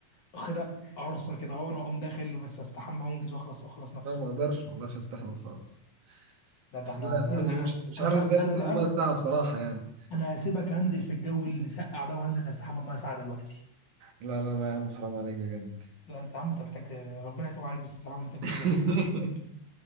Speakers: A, on the left; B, on the right.
A: واخدها عرصه كده اهو انا اقوم داخل بس استحمى وانجز واخلص واخلص نفسي
B: لا ما اقدرش ما اقدرش استحمى خالص
A: لا ده
B: بس
A: احنا
B: لا يا عم
A: انا
B: مش مش
A: انا
B: عارف
A: بقى
B: ازاي بتستحملها
A: انا بقى
B: الساعة بصراحة يعني
A: انا هسيبك هنزل في الجو اللي سقع ده وهنزل استحمى بميه ساقعه دلوقتي
B: لا لا لا يا عم حرام عليك بجد
A: لا انت يا عم انت محتاج ربنا يتوب عليك بصراحه من اللي انت بتقوله
B: <laughs>
A: ده